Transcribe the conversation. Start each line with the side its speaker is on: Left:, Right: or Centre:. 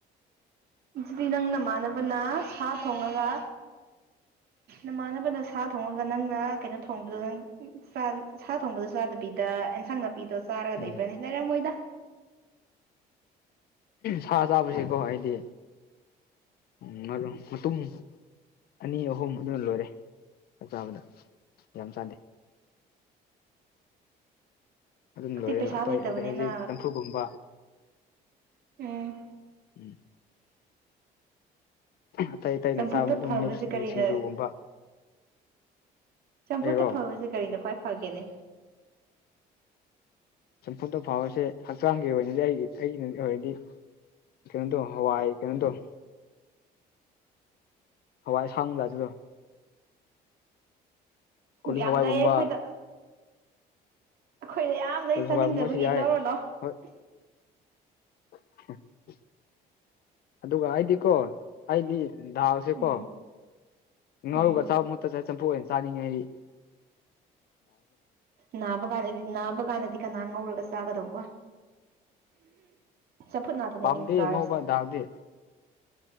Right: ꯑꯗꯨꯗꯤ ꯅꯪ ꯅꯃꯥꯟꯅꯕꯅ ꯁꯥ ꯊꯣꯡꯉꯒ ꯅꯃꯥꯟꯅꯕꯅ ꯁꯥ ꯊꯣꯡꯉꯒ ꯅꯪꯅ ꯀꯩꯅꯣ ꯊꯣꯡꯕꯗꯣ ꯅꯪ ꯁꯥ ꯊꯣꯡꯕꯗꯁꯨ ꯆꯥꯗꯕꯤꯗ ꯑꯦꯟꯁꯥꯡꯅ ꯅꯨꯄꯤꯗꯣ ꯆꯥꯔꯒ
Left: ꯎꯝ
Right: ꯂꯩꯕ꯭ꯔꯅꯤ ꯂꯩꯔꯝꯃꯣꯏꯗ
Left: ꯁꯥ ꯆꯥꯕꯁꯤꯀꯣ ꯍꯥꯏꯗꯤ ꯎꯝ ꯃꯇꯨꯡ ꯑꯅꯤ ꯑꯍꯨꯝ ꯑꯗꯨꯅ ꯂꯣꯏꯔꯦ ꯆꯥꯛ ꯆꯥꯕꯗ ꯌꯥꯝ ꯆꯥꯗꯦ ꯑꯗꯨꯝ
Right: ꯑꯩꯈꯣꯏꯗꯤ
Left: ꯂꯣꯏꯔꯦ
Right: ꯄꯩꯁꯥ
Left: ꯑꯇꯩ
Right: ꯂꯩꯇꯕꯅꯤꯅ
Left: ꯑꯇꯩꯖꯤꯛ ꯆꯝꯐꯨꯒꯨꯝꯕ
Right: ꯎꯝ
Left: ꯎꯝ ꯑꯇꯩ ꯑꯇꯩꯅ
Right: ꯆꯝꯐꯨꯠꯇ
Left: ꯆꯥꯕꯅ ꯑꯗꯨꯝ
Right: ꯐꯕꯁꯦ
Left: ꯃꯤꯛꯁ
Right: ꯀꯔꯤꯅ
Left: ꯁꯤꯡꯖꯨꯒꯨꯝꯕ
Right: ꯆꯝꯐꯨꯠꯇ
Left: ꯑꯩꯔꯣ
Right: ꯐꯕꯁꯦ ꯀꯔꯤꯅꯣ ꯈ꯭ꯋꯥꯏ ꯐꯒꯦꯅꯦ
Left: ꯆꯝꯐꯨꯠꯇ ꯐꯥꯎꯕꯁꯦ ꯍꯛꯆꯥꯡꯒꯤ ꯑꯣꯏꯅꯗꯤ ꯑꯩꯒꯤ ꯑꯩꯒꯤ ꯑꯣꯏꯔꯗꯤ ꯀꯩꯅꯣ ꯗꯣ ꯍꯋꯥꯏ ꯀꯩꯅꯣꯗꯣ ꯍꯋꯥꯏ ꯁꯥꯡ ꯂ ꯑꯗꯨꯦꯗ ꯀꯣꯂꯤ
Right: ꯌꯥꯝ
Left: ꯍꯋꯥꯏꯒꯨꯝꯕ
Right: ꯂꯩꯌꯦ ꯑꯩꯈꯣꯏꯗ ꯑꯩꯈꯣꯏꯗ ꯑꯌꯥꯝ ꯂꯩ
Left: ꯀꯣꯂꯤ
Right: ꯆꯥꯅꯤꯡꯗꯕꯒꯤ
Left: ꯍꯋꯥꯏꯒꯨꯝꯕꯁꯨ ꯌꯥꯏ
Right: ꯂꯧꯔꯣ ꯂꯥꯛꯑꯣ
Left: ꯍꯣꯏ <unintelligible> ꯑꯗꯨꯒ ꯑꯩꯗꯤꯀꯣ ꯑꯩꯗꯤ ꯗꯥꯜ ꯁꯦ ꯀꯣ
Right: ꯎꯝ
Left: ꯅꯔꯨꯒ
Right: ꯎꯝ
Left: ꯆꯕ ꯃꯣ ꯇ ꯆ ꯆꯝꯐꯨ ꯑꯣꯏꯅ ꯆꯥꯅꯤꯡꯉꯩꯗꯤ
Right: ꯅꯥꯕꯥ ꯀꯥꯟꯗꯗꯤ ꯅꯥꯕꯥ ꯀꯥꯟꯗꯗꯤ ꯀꯅꯥ ꯉꯧꯔꯒ ꯆꯥꯒꯗꯧꯕ ꯆꯝꯐꯨꯠ ꯉꯥꯛꯇꯅꯦ
Left: ꯄꯥꯝꯗꯦ
Right: ꯃꯤꯅ ꯆꯥꯔꯤꯁꯦ
Left: ꯉꯧꯕ ꯗꯥꯜꯗꯤ